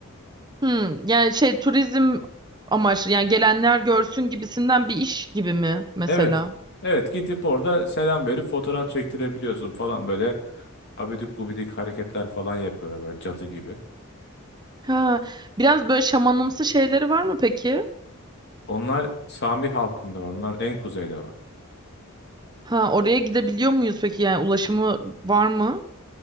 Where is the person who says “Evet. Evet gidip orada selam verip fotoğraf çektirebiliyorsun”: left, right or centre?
Left